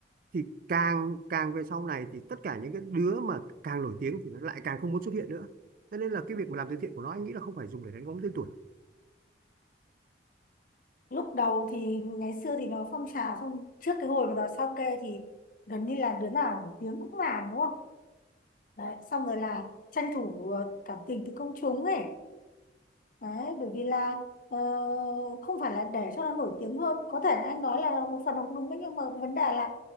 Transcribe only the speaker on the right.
thì càng càng về sau này thì tất cả những cái đứa mà càng nổi tiếng thì nó lại càng không muốn xuất hiện nữa cho nên là cái việc mà làm từ thiện của nó anh nghĩ là không phải dùng để đánh bóng tên tuổi